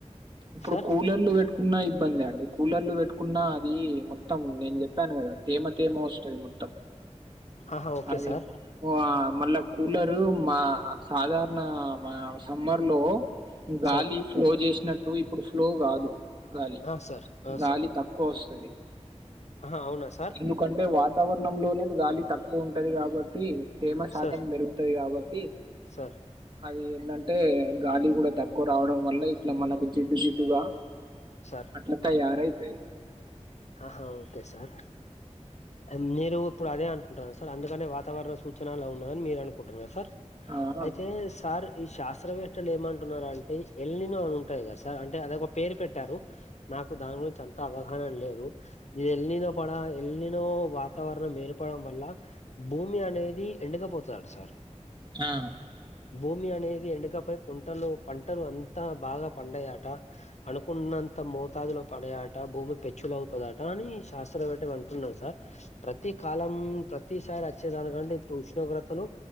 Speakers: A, on the right; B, on the left.
A: ఇప్పుడు
B: సార్
A: కూలర్లు పెట్టుకున్న ఇబ్బందే అండి కూలర్లు పెట్టుకు. కున్నాది మొత్తం నేను చెప్పాను కదా తేమ తేమో. మొత్తం
B: ఆహా ఓకే
A: అది
B: సార్
A: ఆహ్ మళ్ళా. కూలరు మా సాధారణ మా. సమ్మర్ లో గాలి
B: సార్
A: ఫ్లో చేసినట్టు ఇప్పుడు ఫ్లో కాదు. గాలి
B: ఆ సార్ ఆ
A: గాలి
B: సార్
A: తక్కువ వస్తది
B: ఆహా అవునా సార్
A: ఎందుకంటే వాత. వాతావరణ లోనేది గాలి తక్కువ ఉంటది కాబట్టి తేమ శాతం
B: సార్
A: పెరుగుతది కాబట్టి.
B: సార్.
A: అది ఏంటంటే గాలి కూడా తక్కువ రావడం వల్ల ఇట్లా మనకు జిడ్డు జిడ్డుగా.
B: సార్
A: అట్లా తయారైతది.
B: ఆహా ఓకే సార్ ఆహ్ మీరు. ఇప్పుడు అదే అనుకుంటున్నారు సార్ అందుకనే వాతావరణ సూచనలు ఉన్నదని మీరు అనుకుంటున్నారు సార్.
A: ఆ
B: అయితే సార్. ఈ శాస్త్రవేత్తలు ఏమంటున్నారు అంటే ఎల్ నినో అని ఉంటాయి కదా సార్ అంటే అదోక పేరు పెట్టారు. నాకు దాని గురించి అంత అవగాహన లేదు. ఇ ఎల్ నినో పడ ఎల్ నినో వాతావరణం ఏర్పడం వల్ల. భూమి అనేది ఎండకపోతది అంట సార్
A: ఆ
B: భూమి అనేది ఎండకపోయి. పంటలు పంటలు అంతా బాగా పండయట అనుకున్నంత మోతాదులో పడయట. భూమి పెచ్చులు అవుతయట అని శాస్త్రవేత్తలు అంటున్నారు సార్ ప్రతి కాలం. ప్రతిసారి వచ్చేదానికంటే ఇప్పుడు ఉష్ణోగ్రతలు